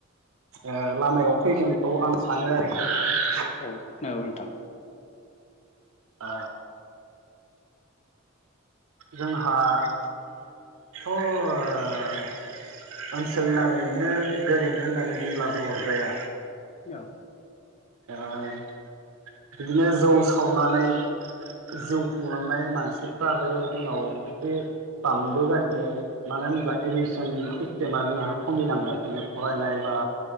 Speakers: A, on the right (about 75°); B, on the left (about 30°).
A: ओ लामायाव फैगोनखौ आं सानो आरोखि।
B: औ नंगौ नोंथां।
A: ओ जोंहाथ ओनसोल नाङैनो गोरिब होननानै बुंब्लाबो अरजाया।
B: औ
A: ओ बिदिनो जौ सावनानै जिउ खुंलांनाय मानसिफ्राबो जोंनाव एसे बांबोगासिनो मानो होनब्ला इडुकेसन सिस्टेमा जोंहा खमिनांगासिनो फरायनाय बा